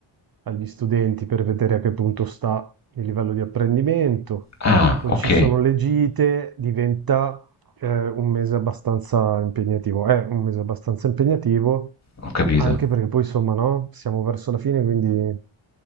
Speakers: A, on the right; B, on the left.
A: agli studenti per vedere a che punto sta il livello di apprendimento.
B: Ah,
A: Poi
B: ok,
A: ci sono le gite, diventa eh, un mese abbastanza impegnativo. È un mese abbastanza impegnativo,
B: ho capito.
A: anche perché poi, insomma, no? Siamo verso la fine, quindi